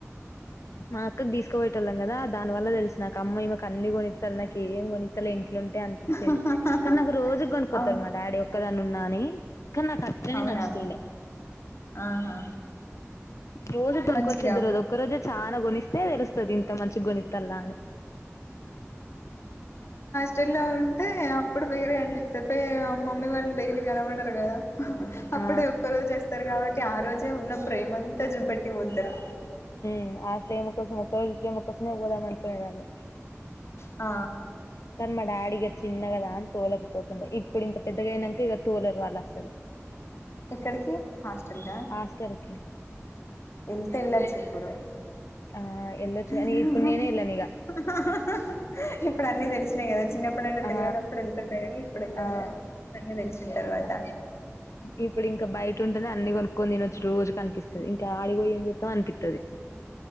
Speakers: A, on the left (about 80°); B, on the left (about 60°).
A: మా అక్క తీసుకుపోయేటోళ్లం కదా దానివల్ల తెలుసు నాకు అమ్మ ఈమెకు అన్ని కొనిత్తది నాకి ఏం కొనిత్తలే ఇంట్లో ఉంటే అనిపిచ్చేది
B: అవును
A: కానీ నాకు రోజు కొనుక్కోత్తాడు మా డాడీ కదన్నున్నాని కన్నాక తనే
B: అవునా
A: నచ్చుతుండే
B: ఆహా
A: రోజు కొనుకొచ్చేది
B: మంచిగా
A: ఈరో ఒక్క రోజే చాలా కొనిస్తే ఏడుస్ ఇంత మంచిగోనిత్తల్లా అని
B: టల్లో ఉంటే అప్పుడు ఫికర్గనిపిస్తది ప మమ్మీ వాళ్ళు డైలీ కనవడరు కదా అప్పుడే
A: ఆ
B: ఒక్క రోజు వస్తారు కాబట్టి ఆ రోజే ఉన్న ప్రేమంతా చూపెట్టి పోతారు
A: మ్ ఆ ప్రేమ కోసం ఒక్క రోజు ప్రేమ కోసమే పోదాం అనుకునేదాన్ని
B: ఆ
A: కానీ మా డాడీ ఇక చిన్న కదా అని తోలకపోతుండే ఇప్పుడు ఇంత పెద్దగా అయినాంక ఇక తోలరు వాళ్ళసలు
B: ఎక్కడికి హాస్టల్గా
A: హాస్టల్ కి
B: ఎల్తే ఎల్లోచ్చిప్పుడు
A: ఆ వెళ్ళొచ్చు
B: హమ్
A: కానీ
B: హ
A: ఇప్పుడు
B: హ హ
A: నేనే
B: హ
A: వెళ్ళను ఇగ
B: ఇప్పుడు అన్ని తెలిసినాయి కదా చిన్నప్పుడైనా తెలియనప్పుడు
A: ఆ!
B: వెళ్తుంటాయి కానీ ఇప్పుడు వెళ్లారు
A: ఆ!
B: కదా అన్ని తెలిస్ తర్వాత
A: ఇప్పుడు ఇంకా బయట ఉంటేనే అన్ని కొనుక్కొని తినొచ్చు రోజు కనిపిస్తుంది ఇంకా ఆడికి పోయి ఏం చేస్తాం అనిపిత్తది